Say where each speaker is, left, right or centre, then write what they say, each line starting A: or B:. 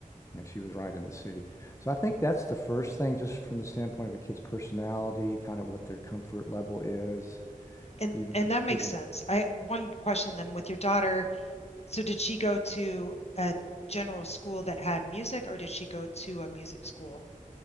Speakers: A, on the left; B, on the left.
A: You know, she was right in the city. So I think that's the first thing, just from the standpoint of a kid's personality, kind of what their comfort level is.
B: And
A: Even,
B: and that makes
A: even
B: sense. I one question then with your daughter, so did she go to a general school that had music or did she go to a music school?